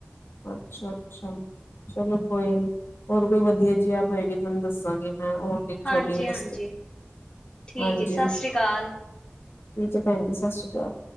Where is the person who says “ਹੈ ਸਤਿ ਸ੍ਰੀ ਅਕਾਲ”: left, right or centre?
Left